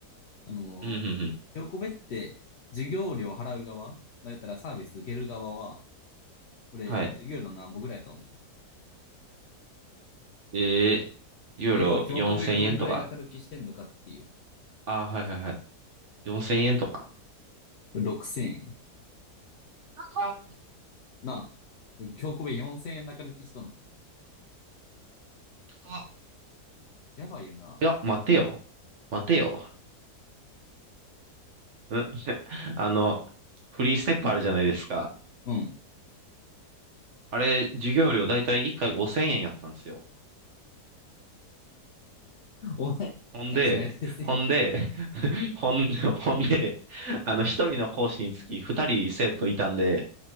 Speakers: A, on the left; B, on the right.
A: あの
B: うん、うん、うん。
A: ー、ひこって授業料払う側、まあ、やったらサービス受ける側は、これ授業料何歩ぐらいだと思う。
B: はい。えー、ユーロ4000円とか
A: まあ、要は京子部がどんぐらい中抜きしてんのかっていう。
B: ああ、はいはいはい。4000円とか。
A: 6000円。
B: あ
A: なあ、今日米4000円中抜きしとんの。
B: あ
A: やばいよな。
B: いや、待てよ。待てよ。うんあの、フリーステップあるじゃないですか。
A: うん。
B: あれ、授業料だいたい1回5000円やったんですよ。
A: お前、
B: ほんで、
A: 価値ないですよって言っ
B: ほんで、<laughs> ほんで、ほんで、あの、一人の講師につき二人生徒いたんで、